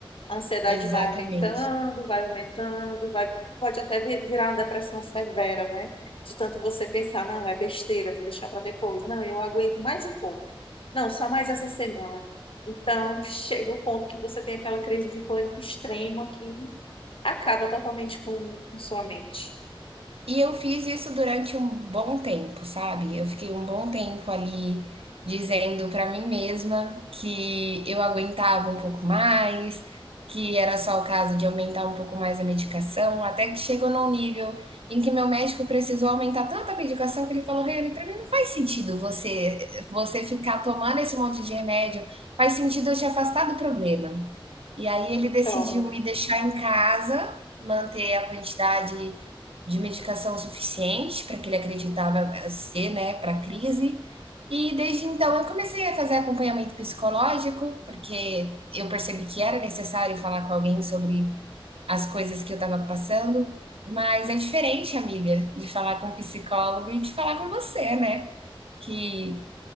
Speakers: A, on the left; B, on the right.
A: a ansiedade
B: Exatamente.
A: vai aumentando, vai aumentando, vai, pode até vir- virar uma depressão severa, né? De tanto você pensar, não, é besteira, vou deixar para depois. Não, eu aguento mais um pouco. Não, só mais essa semana. Então, chega o ponto que você tem aquela crise de pânico extrema que acaba totalmente com, com sua mente.
B: E eu fiz isso durante um bom tempo, sabe? Eu fiquei um bom tempo ali dizendo pra mim mesma que eu aguentava um pouco mais, que era só o caso de aumentar um pouco mais a medicação, até que chegou num nível em que meu médico precisou aumentar tanto a medicação que ele falou: Reni, pra mim não faz sentido você você ficar tomando esse monte de remédio, faz sentido eu te afastar do problema. E aí ele decidiu
A: Então,
B: me deixar em casa, manter a quantidade de medicação suficiente para que ele acreditava ser, né, para crise. E desde então eu comecei a fazer acompanhamento psicológico, porque eu percebi que era necessário falar com alguém sobre as coisas que eu estava passando. Mas é diferente, amiga, de falar com um psicólogo e de falar com você, né? Que